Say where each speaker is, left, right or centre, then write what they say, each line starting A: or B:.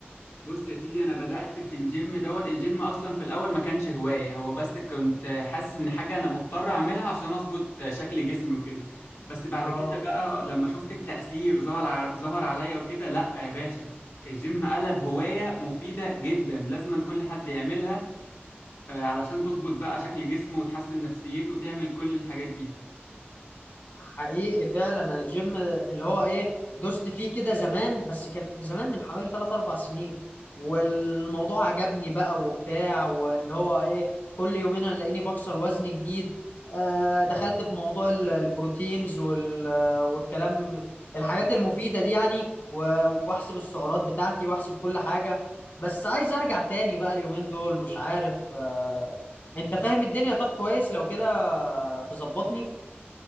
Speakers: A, on the left; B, on the left.
A: بص يا سيدي انا بدأت في الجيم دوت الجيم اصلا في الاول ما كانش هواية هو بس كنت حاسس ان حاجة انا مضطر اعملها عشان اظبط شكل جسمي وكده بس بعد
B: اه
A: كده بقى لما شفت التأثير ظهر ع- ظهر عليا وكده لا يا باشا الجيم قلب هواية مفيدة جدا لازما كل حد يعملها آه، علشان تظبط بقى شكل جسمه وتحسن نفسيته وتعمل كل الحاجات دي
B: حقيقي فعلا الجيم اللي هو ايه دوست فيه كده زمان بس كان زمان من حوالي 3 4 سنين والموضوع عجبني بقى وبتاع واللي هو ايه كل يومين الاقيني بكسر وزن جديد آه دخلت في موضوع ال- البروتينز وال- والكلام الحاجات المفيدة دي يعني و- واحسب السعرات بتاعتي واحسب كل حاجة بس عايز ارجع تاني بقى اليومين دول مش عارف آه انت فاهم الدنيا طب كويس لو كده تظبطني